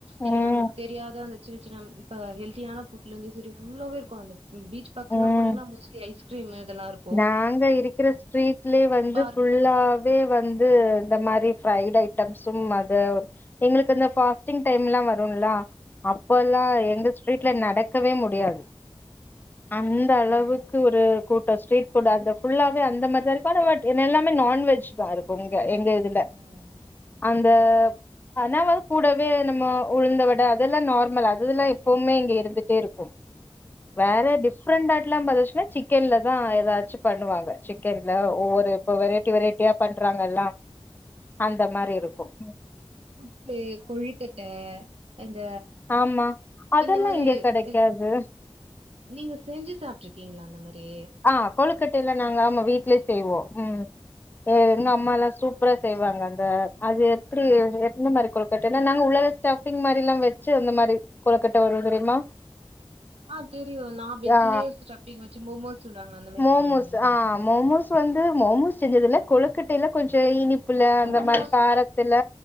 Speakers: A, on the right (about 90°); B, on the left (about 20°).
A: இல்ல
B: ம்
A: நம்மளுக்கு தெரியாத அந்த சின்ன சின்ன இப்ப ஹெல்தியான. ஃபுட்ல இருந்தும் செரி ஃபுல்லாவே இருக்கு அந்த பீச் பக்கம்லா
B: ம்
A: போனீங்கன்னா மோஸ்லி ஐஸ் கிரீம் இதெல்லாம் இருக்
B: நாங்க இருக்கிற ஸ்ட்ரீட்லயே வந்து
A: பார்க்
B: ஃபுல்லா இப்பவே வந்து இந்த மாரி ஃபைட் அயிட்டம்ஸ் சும்மாதான் எங்களுக்கு அந்த ஃபாஸ்டிங்
A: ம்
B: டைம் லா வரும்ல அப்பல்லாம்
A: ஆமா
B: எங்க ஸ்ட்ரீட்ல நடக்கவே முடியாது
A: ம்
B: அந்த அளவுக்கு
A: ம்
B: ஒரு கொ இந்த ஸ்ரிட்ஃபுட் அந்த ஃபுல்லாவே அந்த மாரிதா இருக்கு ஆனா பட் எல்லாமே நான்வெஜ் தான் இருக்கு எங்க இல்ல
A: ம் ம்
B: அந்த கணவர் கூடவே நம்ம உழுந்த வட அதெல்லாம் நார்மல் அதெல்லாம் எப் எப்பவுமே இங்க இருந்துட்டே இருக்கும்
A: ம்
B: வேற டிஃப்ரெண்டாலாம் பாத்தச்சுன்னா சிக்கன்ல தான் ஏதாச்சும் பண்ணுவாங்க சிக்கன்ல ஒவ்வொரு இப்ப வெரைட்டி வெரைட்டியா பண்றாங்கல்லாம் அந்த மாரி இருக்கும்
A: புட்லே குழி கொழுக்கட்ட அந்த
B: ஆமா அதெல்லா
A: இந்த மாரி
B: இங்க கெடைக்காது
A: இ நீங்க செஞ்சு சாப்பிட்டுருக்கீங்களா அந்த மாரி
B: ஆ கொழுக்கட்டைய எல்லாம் நாங்க ஆமா வீட்லயே செய்வோம் ம் எங்க அம்மாலாம் சூ ப்பரா செய்வாங்க அந்த அது எப்டி எந்த மாரி கொழுக்கட்டனா நாங்க உலக ஸ்டப் ப்பிங் மாதிரிலாம் வச்சு அந்த மாரி கொளுக்கட்ட வரு தெரியுமா
A: ஆ தெரியும் நான் வெஜ்லயே
B: ஆ
A: ஸ்டப்பீங்க வச்சு மோமோஸா சொல்லுவாங்க அந்த மாரி
B: மோமோஸ்
A: சொல்றீங்களா
B: ஆ மோமோஸ் வந்து மோமோஸ் செஞ்சதுல கொழுக்கட்டையில கொஞ்ச இனி ப்புல அந்த
A: மோமோஸ்
B: மாரி காரத்துல